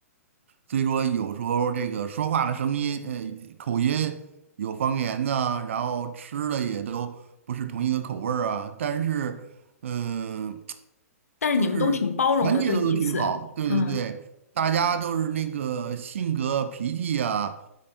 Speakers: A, on the right (about 55°); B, on the left (about 70°).
A: 所以说有时候这个说话的声音，呃，口音有方言呐、然后吃的也都不是同一个口味儿啊。但是，嗯、
B: 但是你们都挺包容的，
A: 就是团结的都挺好，
B: 对彼此，
A: 对对对，
B: 嗯，
A: 大家都是那个性格脾气呀、